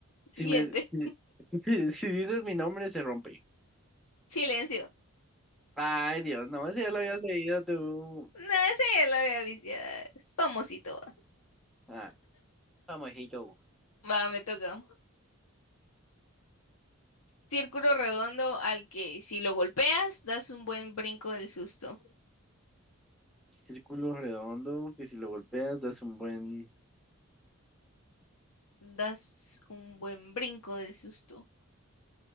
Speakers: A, on the left; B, in the centre.
A: Siguiente.
B: Si me, si, <laughs> si dices mi nombre, se rompe.
A: <laughs> Silencio.
B: Ay, Dios, no, ese ya lo habías leído tú.
A: No, ese ya lo había visto. ya Es famosito. Va,
B: Ah, famosito.
A: Va, me toca. Círculo redondo al que si lo golpeas das un buen brinco del susto.
B: Círculo redondo, que si lo golpeas das un buen...
A: das un buen brinco del susto.